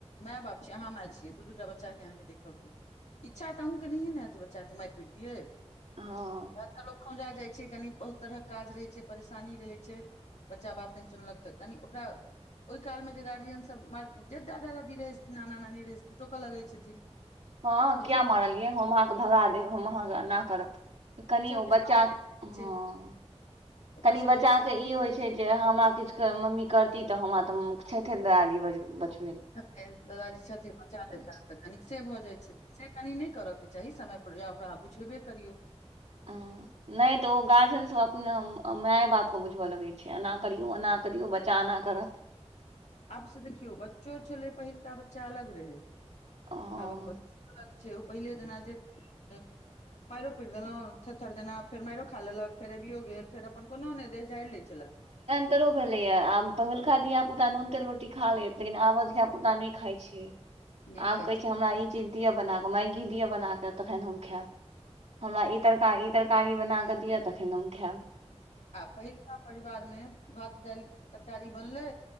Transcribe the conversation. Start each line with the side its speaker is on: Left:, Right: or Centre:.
Left: माय बाप छी अहाँ माय छियै दू दूटा बच्चा के अहाँके देखय के अइ इच्छा त अहूँ के नहिए नेै हेत जे बच्चाके मार पीट दियै
Right: हाँ
Left: बरका लोग खओंजा जाइ छै कनी बहुत तरहक काज रहै छै परेशानी रहै छै बच्चा बात नहि सुनलक तऽ कनि ओकरा ओहि कालमे जे गार्जियन सब मार के दादा दादी रहै छथिन नाना नानी रहै छथिन टोक लगै छथिन <inaudible>
Right: हाँ
Left: देखिये
Right: किया मारलियै हम अहाँके भगा देब हम अहाँके एना करब कनि ओ
Left: के सब
Right: बच्चा
Left: भेट
Right: हँ
Left: जाइ छै ओकरा
Right: कनि
Left: सब
Right: बच्चा ई होइ छै जे हमरा किछ क मम्मी करती तऽ हमरा तऽ छैथे दादी बच-
Left: त फेर दादाजी छथिन बचा लेता
Right: छै
Left: तऽ कनिक से भऽ जाइ छै से कनि नहि करयके चाही समय पर या ओकरा अहाँ बुझेबे करियौ
Right: नहि तऽ ओ गार्जन सब अपने माये-बाप के बुझव लगै छै एना करियौ ओना करियौ बच्चा एना करत
Left: आब से देखियौ बच्चो छेलै पहिलका बच्चा अलग रहै
Right: हँ
Left: आबक बच- फरक छै ओ पहिले जेना जे ए माइरो पीट देलहुँं थेथर जेना फेर माइरो खा लेलक फेर अबियो गेल फेर अपन कोनो नहि देह झाइर लै छलाह
Right: तरो भेलैया आ पहुलका धिया-पुता नून-तेल रोटी खा लै लेकिन आबक धिया पुता नहि खाय छै
Left: नहि खाइ
Right: आब कहै छै हमरा इ चीज दिअ बना कऽ मैगी दिअ बना कऽ तखैन हम खैब हमरा ई तरकारी ई तरकारी बना कऽ दिअ तखन हम खैब
Left: आ पहिलका परिवारमे भात-दाइल तरकारी बनलै